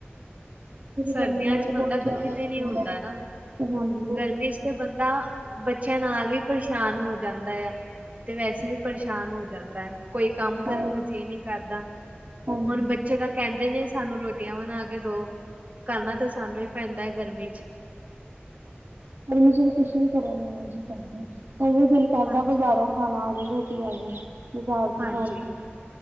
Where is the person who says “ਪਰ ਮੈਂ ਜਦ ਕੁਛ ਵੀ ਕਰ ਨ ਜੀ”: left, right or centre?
Right